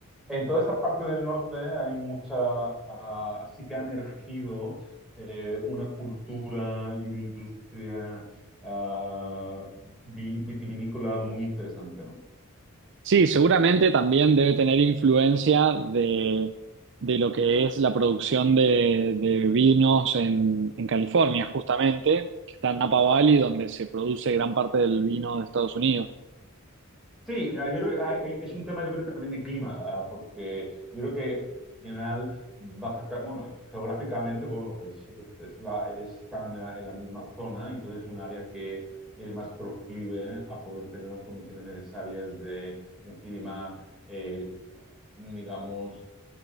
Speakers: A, in the centre; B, on the right (about 55°).
A: en toda esa parte del norte hay mucha, ah, sí que ha emergido eh, una cultura y una industria ah, vi- vitivinícola muy interesante, ¿no?
B: Sí, seguramente también debe tener influencia de, de lo que es la producción de, de vinos en, en California, justamente, que está en Napa Valley, donde se produce gran parte del vino de Estados Unidos.
A: Sí, ah, yo creo que hay- hay- es un tema yo creo que también de clima, ah, porque yo creo que al final Baja, Ca- bueno, geográficamente, pues, bueno, pues es, es la, está en la, en la misma zona y entonces es un área que es más proclive a poder tener las condiciones necesarias de un clima eh, digamos,